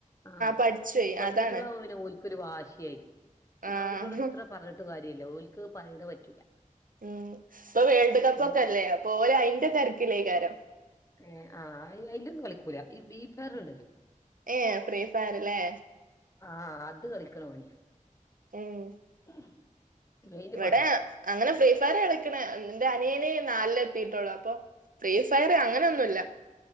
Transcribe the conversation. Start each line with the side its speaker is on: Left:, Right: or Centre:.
Left: ആഹ്
Right: പഠിച്ചുപോയി
Left: പെങ്കുട്ട്യളാവുമ്പ
Right: അതാണ്
Left: പിന്നെ ഓല്ക്കൊരു വാശ്യായിര്ക്കു ഈ
Right: ആഹ്
Left: ആങ്കുട്ട്യളോട് എത്ര പറഞ്ഞ്. ട്ട് കാര്യല്ല്യ ഓല്ക്ക് അത് പറിണ പറ്റൂല.
Right: ഉം പ്പൊ വേൾഡ് കപ്പൊക്കല്ലേ
Left: ഓ
Right: അപ്പോ ഓലയിന്റെ തെര്ക്കിലേക്കാരം.
Left: ഏഹ് ആഹ് അയിലൊന്നും കളിക്കൂല ഈ ബീ ഫയ്റ്ണ്ടല്ലോ
Right: ഏയ് ഫ്രീ ഫയ്റ് ല്ലേ.
Left: ആഹ് അത് കളിക്ക്ണ പണ്യാ.
Right: ഉം.
Left: <inaudible> മെയിനിപ്പ
Right: വടേ
Left: അതാ
Right: അങ്ങനെ ഫ്രീ ഫയ്റ് കളി ക്ക്ണ് ന്റെ അനിയന് നാല് ലെത്തീട്ടൊള്ളു അപ്പോ ഫ്രീ ഫയറ് അങ്ങനൊന്നുല്ല.